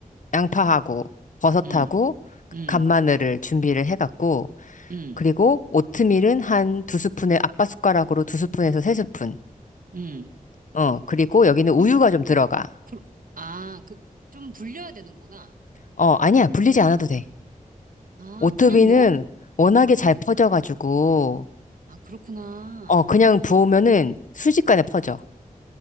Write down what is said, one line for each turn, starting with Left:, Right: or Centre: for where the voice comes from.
Left: 양파하고, 버섯하고,
Right: 음, 음.
Left: 간마늘을 준비를 해갖고,
Right: 응,
Left: 그리고 오트밀은 한 두 스푼에, 아빠 숟가락으로 두 스푼에서 세 스푼.
Right: 응.
Left: 어, 그리고 여기는 우유가
Right: 그럼,
Left: 좀 들어가.
Right: 그, 그, 아, 그, 좀 불려야 되는구나.
Left: 어, 아니야. 불리지 않아도 돼.
Right: 아,
Left: 오토비는
Right: 그냥 넣어?
Left: 워낙에 잘 퍼져가지고,
Right: 아, 그렇구나.
Left: 어, 그냥 부으면은 순식간에 퍼져.